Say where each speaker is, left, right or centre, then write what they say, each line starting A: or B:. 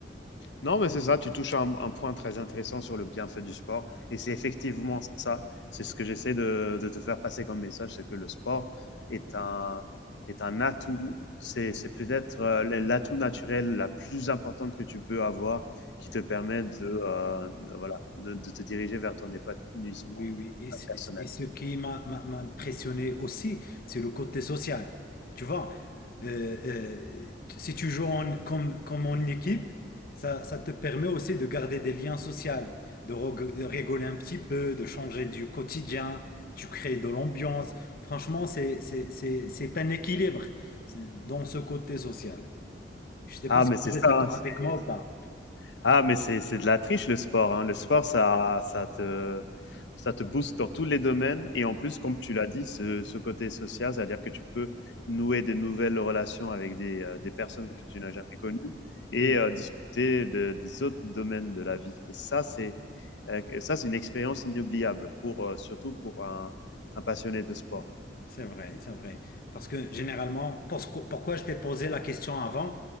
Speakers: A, on the left; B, on the left.
A: Non, mais c'est ça, tu touches à un, un point très intéressant sur le bienfait du sport. Et c'est effectivement ça, c'est ce que j'essaie de, de te faire passer comme message, c'est que le sport est un, est un atout, c'est c'est peut-être euh, l'atout naturel la plus importante que tu peux avoir qui te permet de, euh, voilà, de, de te diriger vers ton épanouissement
B: Oui, oui. Et, ce
A: euh, personnel.
B: et ce qui m'a m'a- m'a impressionné aussi, c'est le côté social. Tu vois, euh, euh, si tu joues en- comme, comme en équipe, ça, ça te permet aussi de garder des liens sociaux, de, reg- de rigoler un petit peu, de changer du quotidien, tu crées de l'ambiance. Franchement, c'est, c'est, c'est, c'est un équilibre dans ce côté social. Je ne sais
A: Ah,
B: pas si
A: mais c'est
B: vous
A: ça,
B: êtes d'accord
A: hein, c'est
B: avec moi ou pas.
A: Ah, mais c'est c'est de la triche le sport, hein. Le sport, ça ça te ça te booste dans tous les domaines et en plus,
B: Oui,
A: comme tu l'as dit, ce ce côté social, c'est-à-dire que tu peux nouer des nouvelles relations avec des, heu, des personnes que tu n'as jamais connues
B: oui,
A: et heu, discuter de des autres domaines de la vie et ça, c'est, heu, ça, c'est une expérience inoubliable pour, heu, surtout pour un un passionné de sport.
B: C'est vrai, c'est vrai. Parce que généralement, parce que- pourquoi je t'ai posé la question avant?